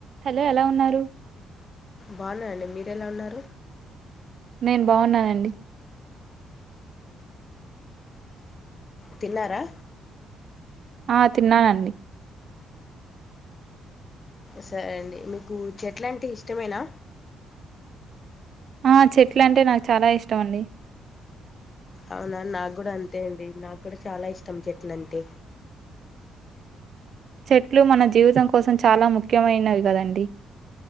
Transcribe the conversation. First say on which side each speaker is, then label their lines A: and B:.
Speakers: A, on the right (about 60°); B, on the left (about 35°).
A: Hello ఎలా ఉన్నారు.
B: బాగున్నా అండి మీరెలా ఉన్నారు.
A: నేన్ బాగున్నానండి
B: తిన్నారా
A: ఆ తిన్నానండి.
B: సరే అండి మీకు చెట్లు అంటే ఇష్టమేనా
A: ఆ చెట్లు అంటే నాకు చాలా ఇష్టం అండి
B: అవునా నాకు గూడా అంతే అండి నాకు కూడా చాలా ఇష్టం చెట్లు అంటే
A: చెట్లు మన జీవితం కోసం చె చాలా ముఖ్యమైనవి కదండి